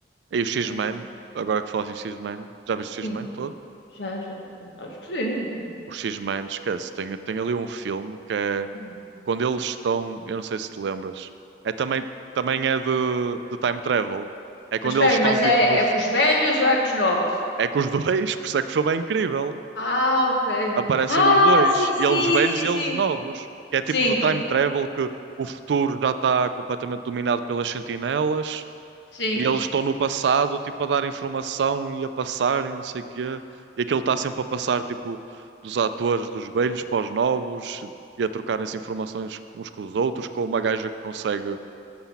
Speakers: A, on the right; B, on the left.
A: E o X-Men,
B: Não é assim?
A: agora que falas em X-Men, já viste
B: Sim.
A: o X-Men todo?
B: Já, já. Acho que sim.
A: O X-Men, esquece, tem, tem ali um filme que é
B: Hum.
A: quando eles estão, eu não sei se te lembras, é também, também é de, de time travel. É
B: Mas
A: quando
B: espera
A: eles
B: aí,
A: estão
B: mas
A: tipo
B: é,
A: no,
B: é com os velhos ou é com os novos?
A: É que os dois, por isso é que o filme é incrível.
B: Ah, ok.
A: Aparecem
B: Ah,
A: os dois,
B: sim, sim,
A: eles velhos
B: sim,
A: e
B: sim.
A: eles novos. Que é
B: Sim,
A: tipo do time travel que o futuro já está completamente dominado pelas sentinelas
B: sim.
A: e eles estão no passado, tipo, a dar informação e a passar e não sei o quê. E aquilo está sempre a passar, tipo, dos atores, dos velhos para os novos e a trocarem-se informações uns com os outros, com uma gaja que consegue,